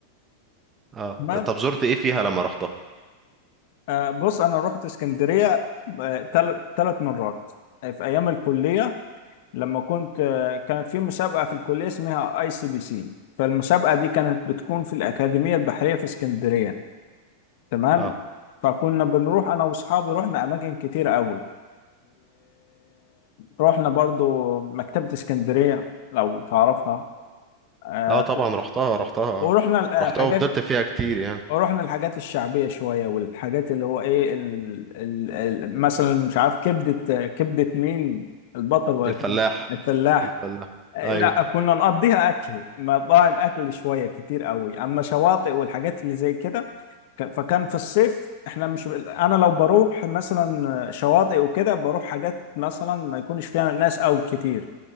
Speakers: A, on the right; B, on the left.
A: اه
B: تمام
A: طب زرت ايه فيها لما رحتها؟
B: آه، بص انا رحت اسكندرية ثلاث ثلاث مرات آه، في ايام الكلية لما كنت كانت في مسابقة في الكلية اسمها اي سي بي سي فالمسابقة دي كانت بتكون في الأكاديمية البحرية في اسكندرية تمام
A: اه
B: فكنا بنروح أنا وأصحابي رحنا أماكن كتير قوي ورحنا برضو مكتبة اسكندرية لو تعرفها آه،
A: اه طبعا رحتها رحتها
B: ورحنا
A: رحتها
B: الحاجات
A: وفضلت فيها كتير يعني
B: ورحنا الحاجات الشعبية شوية والحاجات اللي هو ايه ال... ال... ال... مثلا مش عارف كبدة كبدة مين البطل ولا
A: الفلاح
B: كبدة الفلاح
A: الفلاح
B: لا
A: ايوه
B: كنا نقضيها اكل مطاعم اكل شويه كتير قوي اما شواطئ والحاجات اللي زي كده ك- فكان في الصيف احنا مش انا لو بروح مثلا شواطئ وكده بروح حاجات مثلا ما يكونش فيها ناس او كتير